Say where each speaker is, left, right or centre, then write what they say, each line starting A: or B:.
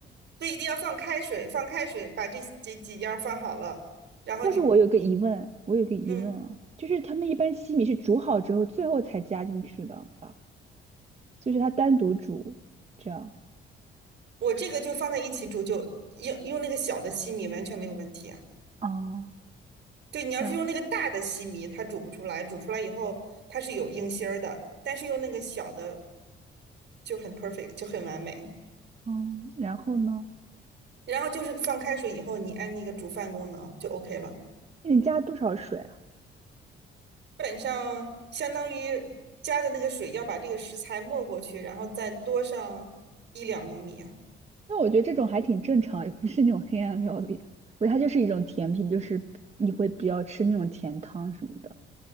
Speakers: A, on the right; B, on the right.
A: 所以一定要放开水，放开水把这这几样放好了，
B: <laughs>
A: 然后你你，
B: 但是我有个疑问，我有个疑问，
A: 嗯，
B: 就是他们一般西米是煮好之后最后才加进去的吧？就是它单独煮这样。
A: 我这个就放在一起煮就，用用那个小的西米完全没有问题啊。
B: 哦，
A: 对，你要是用那个大的西米，
B: 然后。
A: 它煮不出来，煮出来以后它是有硬芯儿的，但是用那个小的就很 perfect，就很完美。
B: 嗯，然后呢？
A: 然后就是放开水以后，你按那个煮饭功能就 OK 了。
B: 那你加多少水啊？
A: 基本上相当于加的那个水要把这个食材没过去，然后再多上一两厘米，
B: 那我觉得这种还挺正常，也不是那种黑暗料理啊。我觉得它就是一种甜品，就是你会比较吃那种甜汤什么的。